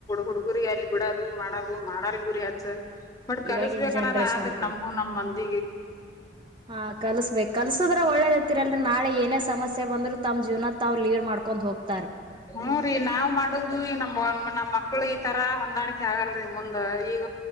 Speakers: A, on the left (about 20°); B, on the right (about 25°).
A: ಹುಡ್ಗರಿ ಅಲ್ ಬಿಡದು ಮಾಡದು ಮಾಡಾರಿ ಬಿೀರರಿ ಹಚ್ಚ ಬಟ್ ಕಲ್ಸ್ಬೇಕನ್ನದ್
B: ಇವಾಗಿನ ಜನ್ರೇಷನ್ಕ್ರಿ
A: ಆದ್ರ ನಮಗೂ ನಮಂದ
B: ಹಾ ಕಲ್ಸ್ಬೇಕು ಕಲ್ಸದ್ರೆ ಒಳ್ಳೇದತಿ ಲ್ ನಾಳೆ ಏನೇ ಸಮಸ್ಯೆಂದ್ರರು ತಮ್ಮ್ ಜೀವನ ತಾ್ ಲೀಡ್ ಮಾಡ್ಕೊಂಡ್ೋಗತ
A: ಹ್ಮ ರೀ ನಾವ್ ಮಾಡದು ನಮ್ ಮಕ್ಳು ಈತರ ಹೊಂದಾಣಿಕೆ ಆಗಲ್ರರಿ ಮುಂದ್ ಈಗ